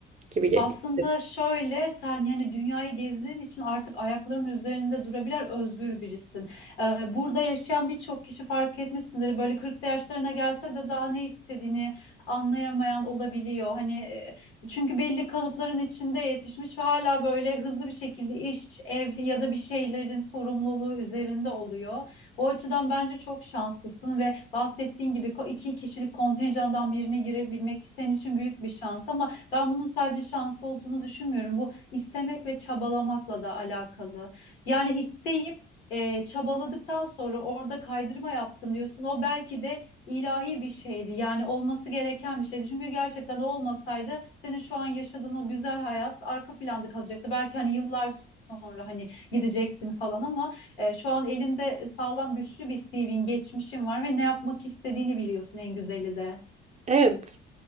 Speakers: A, on the right (about 25°); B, on the left (about 75°).
A: gibi. ge-
B: Aslında şöyle sen yani dünyayı gezdiğin için artık ayaklarının üzerinde durabilen özgür birisin. Ee, burada yaşayan birçok kişi fark etmişsindir. Böyle 40'lı yaşlarına gelse de daha ne istediğini anlayamayan olabiliyor. Hani e, çünkü belli kalıpların içinde yetişmiş ve hala böyle hızlı bir şekilde iş, ev ya da bir şeylerin sorumluluğu üzerinde oluyor. O açıdan bence çok şanslısın ve bahsettiğin gibi ko- iki kişilik kontenjandan birine girebilmek senin için büyük bir şans ama ben bunun sadece şans olduğunu düşünmüyorum. Bu istemek ve çabalamakla da alakalı. Yani isteyip e, çabaladıktan sonra orada kaydırma yaptım diyorsun. O belki de ilahi bir şeydi. Yani olması gereken bir şeydi. Çünkü gerçekten o olmasaydı senin şu an yaşadığın o güzel hayat arka planda kalacaktı. Belki hani yıllar sonra hani gidecektin falan ama e, şu an elinde sağlam güçlü bir CV'in, geçmişin var ve ne yapmak istediğini biliyorsun en güzeli de.
A: Evet.